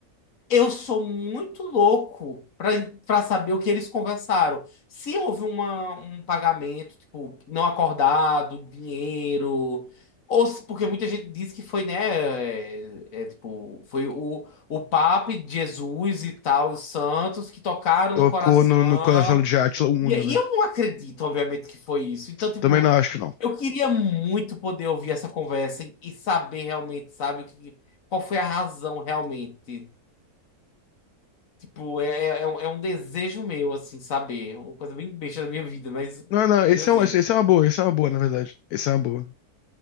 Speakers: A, on the left; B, on the left.
A: Eu sou muito louco pra para saber o que eles conversaram. Se houve uma, um pagamento, tipo, não acordado, dinheiro, ou se- porque muita gente diz que foi, né, é, é, tipo, foi o, o Papa e Jesus e tal, os santos que tocaram
B: Tocou
A: no coração.
B: no, no coração de Átila o Uno,
A: E aí
B: né?
A: eu não acredito, obviamente, que foi isso. Então, tipo,
B: Também não acho que não.
A: eu queria muito poder ouvir essa conversa e e saber realmente, sabe, o que, qual foi a razão realmente. Tipo, é, é, é um é um desejo meu, assim, saber. É Uma coisa bem besta da minha vida, mas <laughs>
B: Não, não, esse
A: um desejo.
B: é, um- esse esse é uma boa, esse é uma boa, na verdade. Esse é uma boa.